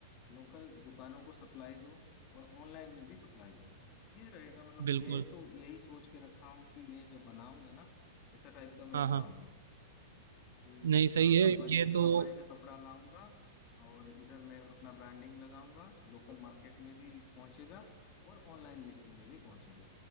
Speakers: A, on the left; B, on the right.
A: लोकल दुकानों को सप्लाई दो और ऑनलाइन में भी सप्लाई दो ये रहेगा मतलब
B: बिल्कुल
A: मैं तो यही सोच के रखा हूँ कि मैं जब बनाऊंगा ना ऐसा टाइप का मैं
B: हाँ
A: बनाऊंगा
B: हाँ
A: कि
B: नहीं सही
A: हाँ
B: है
A: कंपनी
B: ये तो
A: कंपनी से कपड़ा लाऊंगा और इधर मैं अपना ब्रांडिंग लगाऊंगा लोकल मार्केट में भी पहुंचेगा और ऑनलाइन लिस्टिंग में भी पहुंचेगा